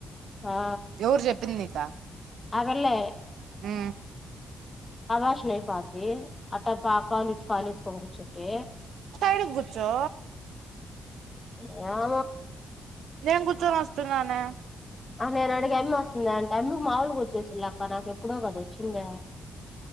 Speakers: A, on the left; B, on the right.
A: ఆ
B: ఎవరు చెప్పింది నీకా
A: ఆ పిల్లే
B: మ్
A: అబోషనై పోద్ది అట్టా పా ఆ కాలు ఇటు కాలేసుకొని కుర్చుంటే
B: సైడ్ కుర్చో
A: ఏమో
B: నేను కూర్చొని వస్తున్నానే
A: ఆ నేను అడిగిే అమ్మ వస్తుంద అంటే అమ్మికి మాముూలుగ వచ్చేసళ్ళలక్క నాకేప్పుడో కదా వచ్చిందా